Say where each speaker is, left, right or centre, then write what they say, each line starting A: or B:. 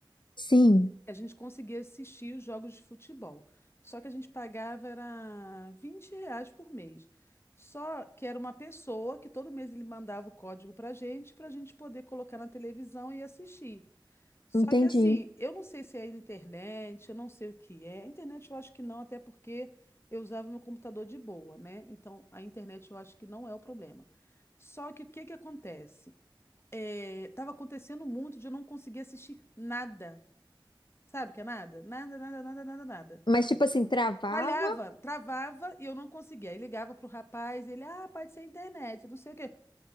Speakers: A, on the left (about 65°); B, on the left (about 30°).
A: sim,
B: a gente conseguia assistir os jogos de futebol. Só que a gente pagava era 20 reais por mês. Só que era uma pessoa que todo mês ele mandava o código para a gente, para a gente poder colocar na televisão e assistir. Só
A: entendi.
B: que assim, eu não sei se é internet, eu não sei o que é. A internet eu acho que não, até porque eu usava meu computador de boa, né? Então a internet eu acho que não é o problema. Só que o que que acontece? É, tava acontecendo muito de eu não conseguir assistir nada. Sabe o que é nada? Nada, nada, nada, nada, nada.
A: Mas, tipo assim, travava?
B: Falhava, travava e eu não conseguia. Aí ligava pro rapaz, ele, ah, pode ser a internet, não sei o quê.